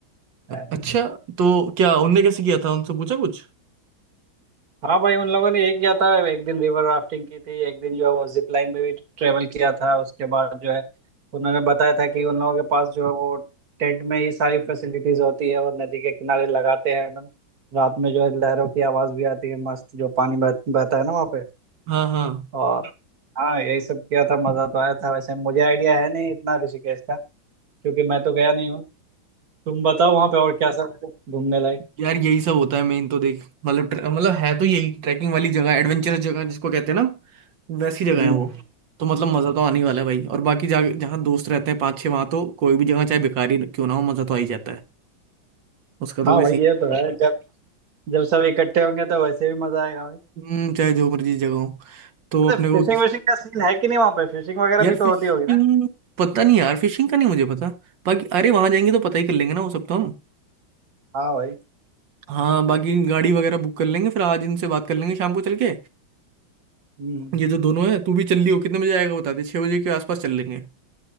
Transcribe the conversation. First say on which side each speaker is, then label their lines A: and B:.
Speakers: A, on the right; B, on the right.
A: अरे।
B: अच्छा तो क्या उनने कैसे किया था उनसे पूछा कुछ
A: हाँ भाई उन लोगों ने यही किया था एक दिन रिवर राफ्टिंग की थी एक दिन जो है वो जिप लाइन पे भी ट्रेवल किया था उसके बाद जो है उन्होंने बताया था कि उन लोगों के पास जो है वो टेंट में ही सारी फैसिलिटीज होती है वो नदी के किनारे लगाते हैं एकदम रात में जो है लहरों की आवाज भी आती है मस्त जो पानी बह, बहता है ना वहाँ पे
B: हाँ हाँ
A: और हाँ यही सब किया था मजा तो आया था वैसे मुझे आइडिया है नहीं इतना ऋषिकेश का क्योंकि मैं तो गया नहीं हूँ तुम बताओ वहाँ पे और क्या सब है घूमने लायक
B: यार यही सब होता है मेन तो देख मतलब ट्र- मतलब है तो यही ट्रैकिंग वाली जगह एडवेंचरस जगह जिसको कहते हैं ना वैसी जगह
A: हम्म
B: है वो तो मतलब मज़ा तो आने ही वाला है भाई और बाकी जा जहाँ दोस्त रहते हैं पाँच छः वहाँ तो कोई भी जगह चाहे बेकार ही क्यों ना हो मज़ा तो आ ही जाता है उसका तो
A: हाँ
B: कोई
A: भाई
B: सीन
A: ये
B: ही
A: तो है जब जब सब इकट्ठे होंगे तो वैसे भी मजा आएगा भाई
B: नहीं। हम्म, चाहे जो मर्जी जगह हो तो
A: तो
B: अपने को
A: फिशिंग विशिंग का सीन है कि नहीं वहाँ पे फिशिंग वगैरह
B: यार
A: भी
B: फिशिंग
A: तो होती होगी ना
B: पता नहीं यार फिशिंग का नहीं मुझे पता बाकी अरे वहाँ जाएंगे तो पता ही कर लेंगे ना वो सब तो हम
A: हाँ भाई
B: हाँ बाकी गाड़ी वगैरह बुक कर लेंगे फिर आज इनसे बात कर लेंगे शाम को चल के
A: हम्म
B: ये जो दोनों है तू भी चल लियो कितने बजे आएगा बता दे छह बजे के आसपास चल लेंगे